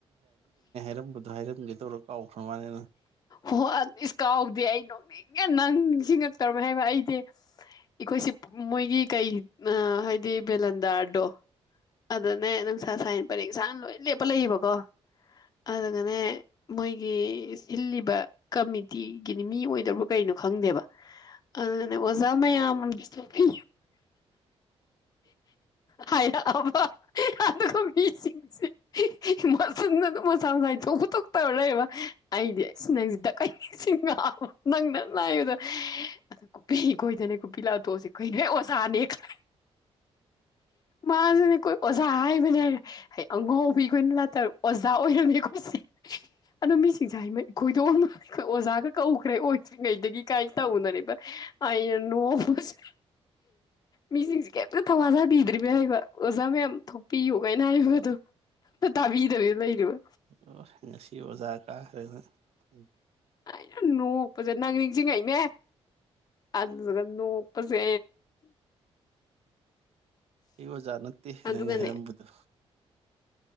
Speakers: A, on the right (about 70°); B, on the left (about 35°).
A: ꯍꯥꯏꯔꯝꯕꯣ ꯍꯥꯏꯔꯝꯒꯦ ꯇꯧꯔꯛ ꯀꯥꯎꯈꯨꯝꯃꯅꯤ
B: ꯍꯣ ꯏꯁ ꯀꯥꯎꯗꯦ ꯑꯩ ꯅꯣꯡꯅꯤꯡꯉ ꯅꯪ ꯅꯤꯡꯁꯤꯡꯉꯛꯇꯧꯔꯝꯃꯦ ꯍꯥꯏꯕ ꯑꯩꯗꯤ ꯑꯩꯈꯣꯏꯁꯦ ꯃꯣꯏꯒꯤ ꯀꯩ ꯍꯥꯏꯗꯤ ꯕꯦꯂꯟꯗꯥꯔꯗꯣ ꯑꯗꯨꯅꯦ ꯅꯪ ꯁꯥ ꯁꯥꯏꯟ ꯄꯔꯦꯡ ꯁꯥꯥꯡꯅ ꯂꯣꯏ ꯂꯦꯞꯄ ꯂꯩꯌꯦꯕꯀꯣ ꯑꯗꯨꯒꯅꯦ ꯃꯣꯏꯒꯤ ꯏꯜꯂꯤꯕ ꯀꯃꯤꯇꯤꯒꯤꯅꯤ ꯃꯤ ꯑꯣꯏꯗꯕ ꯀꯩꯅꯣ ꯈꯪꯗꯦꯕ ꯑꯗꯨꯅ ꯑꯣꯖꯥ ꯃꯌꯥꯝ ꯑ ꯊꯣꯛꯄꯤ ꯍꯕ ꯑ ꯃꯤꯁꯤꯡꯁꯤ ꯃꯁꯟꯗ ꯑꯗꯨ ꯃꯁꯥ ꯃꯁꯥꯏ ꯊꯣꯛꯄ ꯇꯧꯔ ꯂꯩꯕ ꯋꯥ ꯑꯩꯗꯤ ꯑꯁ ꯅꯪꯁꯤꯗ ꯀꯩꯁꯤ ꯅꯪꯅ ꯂꯥꯛꯕꯗꯣ ꯑꯗꯨ ꯀꯣꯄꯤ ꯈꯣꯏꯗꯅꯦ ꯀꯣꯄꯤ ꯂꯥꯛꯊꯣꯛꯁꯤ ꯈꯨꯏꯅꯣꯏ ꯑꯣꯖꯥꯅꯦ ꯈ ꯃꯥꯁꯨꯅꯦ ꯀꯣ ꯑꯣꯖꯥ ꯍꯥꯏꯕꯅꯦ ꯍꯥꯏꯔ ꯑꯉꯥꯎꯕꯤ ꯑꯩꯈꯣꯏꯅ ꯂꯥꯛꯇꯥꯔ ꯑꯣꯖꯥ ꯑꯣꯏꯔꯝꯃꯤ ꯑꯩꯈꯣꯏꯁꯦ ꯑꯗꯣ ꯃꯤꯁꯤ ꯑꯩꯈꯣꯏꯗꯣꯛꯅ ꯑꯣꯖꯥꯒ ꯀꯧꯈ꯭ꯔꯦ ꯑꯣꯏꯗ꯭ꯔꯤꯉꯩꯗꯒꯤ ꯀꯥꯏꯅ ꯇꯧꯅꯔꯤꯕ ꯑꯩꯅ ꯅꯣꯛꯄꯁꯤ ꯃꯤꯁꯤꯡꯁꯦ ꯀꯩꯝꯇ ꯊꯋꯥ ꯁꯥꯕꯤꯗ꯭ꯔꯤꯕꯅꯦ ꯍꯥꯏꯕ ꯑꯣꯖꯥ ꯃꯌꯥꯝ ꯊꯣꯛꯄꯤꯌꯨ ꯀꯥꯏꯅ ꯍꯥꯏꯕꯗꯣ ꯑꯝꯇ ꯇꯥꯕꯤꯗꯕꯤ ꯂꯩꯔꯤꯕ
A: ꯑꯣ ꯉꯁꯤ ꯑꯣꯖꯥ ꯀꯥ ꯍꯣꯏꯍꯣꯏ ꯎꯝ
B: ꯑꯩꯅ ꯅꯣꯛꯄꯁꯦ ꯅꯪ ꯅꯤꯡꯁꯤꯡꯉꯩꯅꯦ ꯑꯗꯨꯗꯨꯒ ꯅꯣꯛꯄꯁꯦ
A: ꯑꯩ ꯑꯣꯖꯥꯅ ꯅꯠꯇꯦ
B: ꯑꯗꯨꯒꯅꯦ
A: ꯑꯩꯅ ꯍꯥꯏꯔꯝꯕꯗꯣ